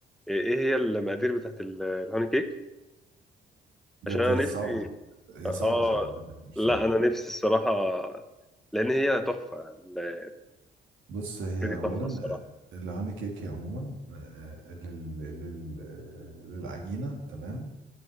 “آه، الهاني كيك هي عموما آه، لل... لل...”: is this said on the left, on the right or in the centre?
Right